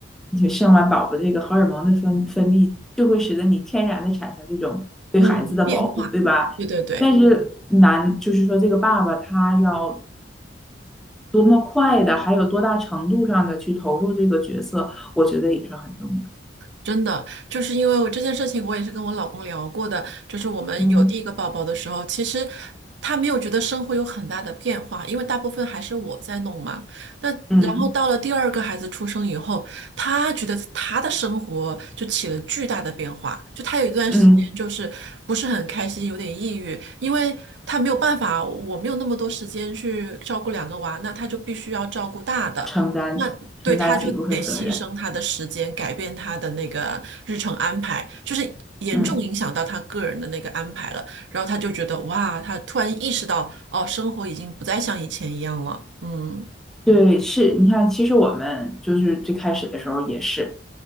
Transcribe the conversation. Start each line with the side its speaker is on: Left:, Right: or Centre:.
Centre: 你生完宝宝这个荷尔蒙的分分泌，就会使得你天然的产生这种对孩子的保护，
Right: 嗯，变化，
Centre: 对吧？
Right: 对对对。
Centre: 但是男就是说这个爸爸他要多么快的，还有多大程度上的去投入这个角色，我觉得也是很重要。
Right: 真的，就是因为我这件事情，我也是跟我老公聊过的。就是我们有第一个宝宝的时候，
Centre: 嗯
Right: 其实他没有觉得生活有很大的变化，因为大部分还是我在弄嘛。那然后到了第二个孩子出生以后，
Centre: 嗯
Right: 他觉得他的生活就起了巨大的变化，就他有一段时间就是不是很开心，
Centre: 嗯，
Right: 有点抑郁，因为他没有办法，我没有那么多时间去照顾两个娃，那他就必须要照顾大的。
Centre: 承担起承担起一部分责任。
Right: 那对，他就得牺牲他的时间，改变他的那个日程安排，就是严重影响到他个人的那个安排了。
Centre: 嗯，
Right: 然后他就觉得哇，他突然意识到，哦，生活已经不再像以前一样了。嗯
Centre: 对，是你看，其实我们就是最开始的时候也是，